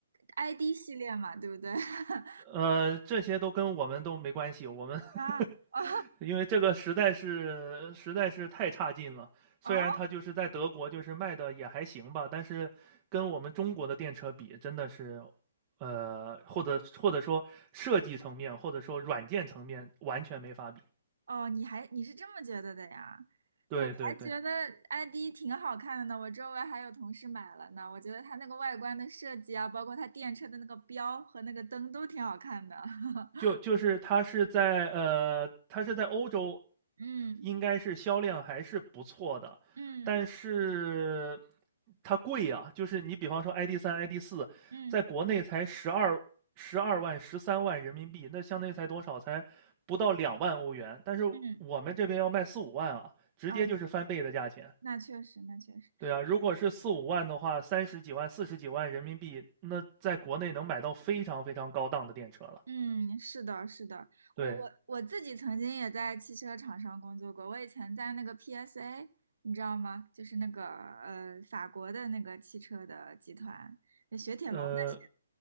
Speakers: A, on the right (about 60°); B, on the right (about 30°).
A: ID 系列嘛，对不对？<laughs>
B: 呃，这些都跟我们都没关系，我们 <laughs>
A: 啊，哦，
B: 因为这个实在是实在是太差劲了。虽然它就是在德国，
A: 哦。
B: 就是卖的也还行吧，但是跟我们中国的电车比，真的是，呃，或者或者说设计层面，或者说软件层面，完全没法比。
A: 哦，你还你是这么觉得的呀？
B: 对对对。
A: 我还觉得 ID 挺好看的呢，我周围还有同事买了呢。我觉得它那个外观的设计啊，包括它电车的那个标和那个灯都挺好看的。<laughs>
B: 就就是它是在呃，它是在欧洲，
A: 嗯
B: 应该是销量还是不错的，
A: 嗯
B: 但是它贵呀、就是你比方说 ID 三、ID 四，
A: 嗯
B: 在国内才十二十二万、十三万人民币，那相当于才多少？才不到两万欧元，但是我们这边要卖四五万啊，
A: 嗯，
B: 直接就是翻倍的价钱。
A: 啊，那确实，那确实，
B: 对啊，如果是四五万的话，三十几万、四十几万人民币，那在国内能买到非常非常高档的电车了。
A: 嗯，是的，是的，
B: 对，
A: 我我我自己曾经也在汽车厂商工作过，我以前在那个 PSA，你知道吗？就是那个呃法国的那个汽车的集团，就雪铁龙的。
B: 呃，